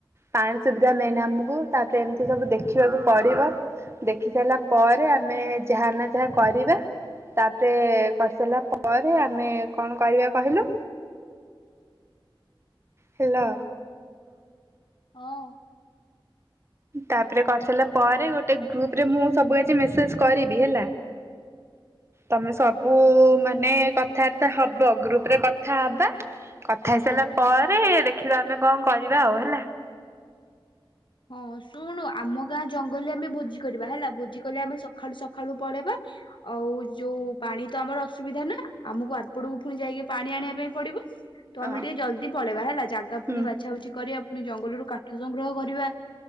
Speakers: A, on the right; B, on the left.
A: ପାଣି ସୁବିଧା ମେନ୍ ଆମକୁ ତା ପରେ ଏମିତି ସବୁ ଦେଖିବାକୁ ପଡିବ। ଦେଖି ସାରିଲା ପରେ ଆମେ ଯାହା ନା ଯାହା କରିବା। ତା ପେରେ କରିସାରିଲା ପରେ, ଆମେ କଣ କରିବା କହିଲୁ? ହ୍ୟାଲୋ।
B: ହଁ।
A: ତା ପରେ କରିସାରିଲା ପରେ ଗୋଟେ ଗ୍ରୁପରେ ମୁଁ ସବୁ ଆଜି ମେସେଜ କରିବି ହେଲା। ତମେ ସବୁ ମାନେ କଥାବାର୍ତ୍ତା ହବ ଗ୍ରୁପରେ କଥା ହବା। କଥା ହେଇସାରିଲା ପରେ ଦେଖିବା, ଆମେ କଣ କରିବା ଆଉ ହେଲା?
B: ହଁ ଶୁଣୁ ଆମ ଗାଁ ଜଙ୍ଗଲରେ ଆମେ ଭୋଜି କରିବା ହେଲା ଭୋଜି କଲେ ଆମେ ସକାଳୁ ସକାଳୁ ପଳେଇବା। ଆଉ ଯୋଉ ପାଣି ତ ଆମର ଅସୁବିଧା ନା ଆମକୁ ଆରପଟକୁ ପୁଣି ଯାଇକି ପାଣି ଆଣିବା ପାଇଁ ପଡିବ। ତ
A: ହଁ
B: ଆମେ ଟିକେ ଜଲଦି ପଳେଇବା ହେଲା। ଜାଗା ପୁଣି
A: ହୁଁ
B: ବାଛା ବୁଛି କରିବା। ପୁଣି ଜଙ୍ଗଲରୁ କାଠ ସଂଗ୍ରହ କରିବା।